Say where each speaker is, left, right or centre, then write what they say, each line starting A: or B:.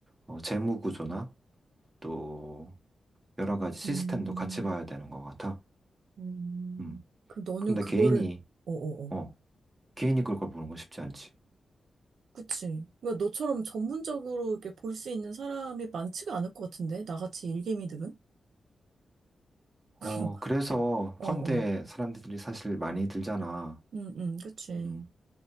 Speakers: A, on the right; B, on the right.
A: 어, 재무 구조나 또 여러 가지 시스템도
B: 음,
A: 같이 봐야 되는 것 같아.
B: 음.
A: 음.
B: 그럼 너는
A: 근데
B: 그거를,
A: 개인이,
B: 어어어.
A: 어, 개인이 그걸 보는 건 쉽지 않지.
B: 그치. 왜 너처럼 전문적으로 이렇게 볼 수 있는 사람이 많지가 않을 것 같은데? 나같이 일개미들은?
A: 어,
B: <laughs>
A: 그래서
B: 어어.
A: 펀드에 사람들이 사실 많이 들잖아.
B: 응, 응, 그치.
A: 음,